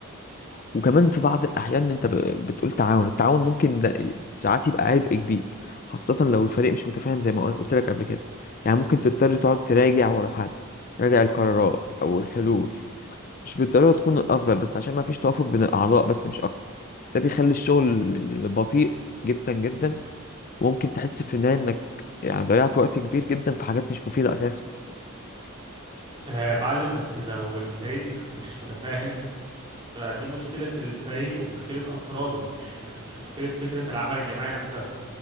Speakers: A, on the left (about 40°); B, on the right (about 25°).
A: وكمان في بعض الاحيان انت ب- بتقول تعاون التعاون ممكن ده ي- ساعات يبقى عبء كبير خاصة لو الفريق مش متفاهم زي ما قلت لك قبل كده يعني ممكن تضطر تقعد تراجع ورا حد تراجع القرارات او الحلول مش بالضرورة تكون الافضل بس عشان ما فيش توافق بين الاعضاء بس مش اكتر ده بيخلي الشغل بطيء جدا جدا وممكن تحس في النهاية انك يعني ضيعت وقت كبير جدا في حاجات مش مفيدة اساسا
B: يا معلم بس لو الفريق مش مش متفاهم فدي مشكلة الفريق ومشكلة أفراده مش مش مشكلة فكرة العمل الجماعي نفسها